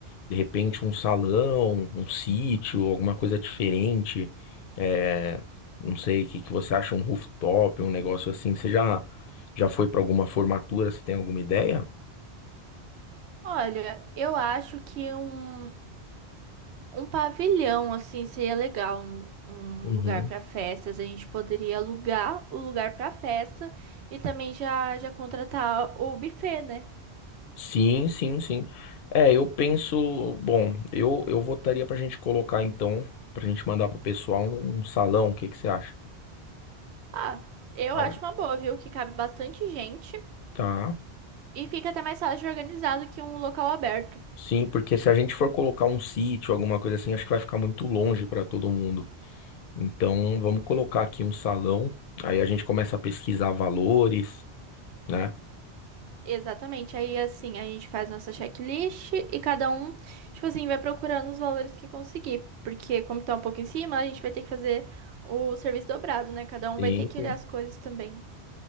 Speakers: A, on the left; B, on the right.
A: de repente um salão, um sítio, alguma coisa diferente. É, não sei, o que que você acha, um rooftop, um negócio assim. Você já, já foi pra alguma formatura? Você tem alguma ideia?
B: Olha, eu acho que um. Um pavilhão, assim, seria legal, um, um
A: Uhum.
B: lugar para festas. A gente poderia alugar o lugar para festa e também já, já contratar o buffet, né?
A: Sim, sim, sim. É, eu penso, bom, eu eu votaria pra gente colocar então, pra gente mandar pro pessoal um, um salão, o que que você acha?
B: Ah, eu
A: Cara,
B: acho uma boa, viu? Que cabe bastante gente
A: Tá.
B: e fica até mais fácil de organizar do que um local aberto.
A: Sim, porque se a gente for colocar um sítio, alguma coisa assim, acho que vai ficar muito longe pra todo mundo. Então, vamos colocar aqui um salão, aí a gente começa a pesquisar valores, né?
B: Exatamente. Aí, assim, a gente faz nossa checklist e cada um, tipo assim, vai procurando os valores que conseguir. Porque, como tá um pouco em cima, a gente vai ter que fazer o serviço dobrado, né? Cada um
A: Sim,
B: vai ter que
A: sim.
B: olhar as coisas também.